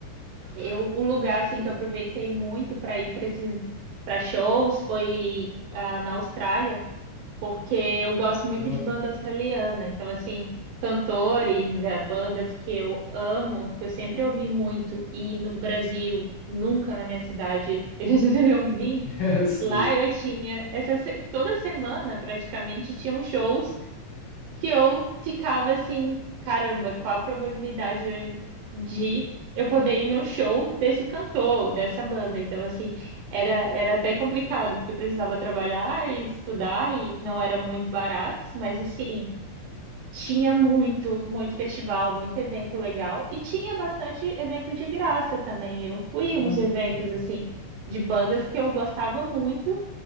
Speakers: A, on the right; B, on the left.
A: eu, um lugar, assim, que eu aproveitei muito para ir para esses, para shows foi ah, na Austrália porque eu gosto
B: Hum.
A: muito de banda australiana. Então, assim, cantores, eh, bandas que eu amo, que eu sempre ouvi muito, e no Brasil, nunca na minha cidade <laughs> eles deveriam vir.
B: <laughs> Sim.
A: Lá eu tinha, essa, se- toda semana praticamente tinham shows que eu ficava assim, caramba, qual a probabilidade de eu poder ir no show desse cantor, dessa banda? Então, assim, era, era até complicado, porque eu precisava trabalhar e estudar, e não era muito barato, mas assim, tinha muito, muito festival, muito evento legal, e tinha bastante evento de graça também. Eu fui
B: Bah,
A: em uns eventos,
B: legal.
A: assim, de bandas que eu gostava muito.